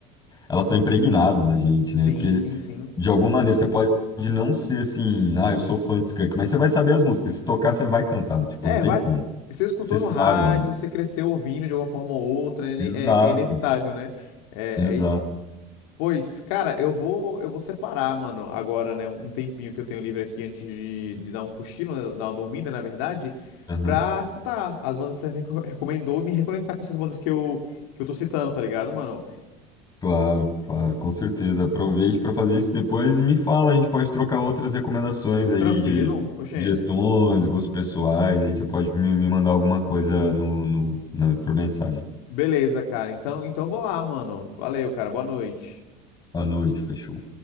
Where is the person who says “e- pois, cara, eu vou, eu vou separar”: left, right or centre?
Left